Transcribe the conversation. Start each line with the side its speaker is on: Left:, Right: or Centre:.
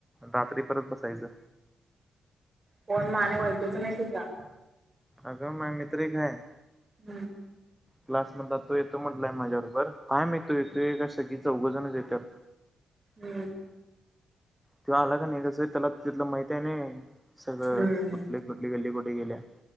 Centre: रात्री परत बसायचं.
Right: कोण माने ओळखीच नाही तुझ्या?
Centre: अगं माय मित्र एक हाय.
Right: हम्म.
Centre: क्लासमधला तो येतो म्हटलाय माझ्या बरोबर काय माहीत तो येतोय का सगी चौघजणच येतात.
Right: हम्म.
Centre: त्यो आला का नाही कसं त्याला तिथलं माहित आहे ना सगळं
Right: हम्म
Centre: कुठली, कुठली गल्ली कुठे गेल्या.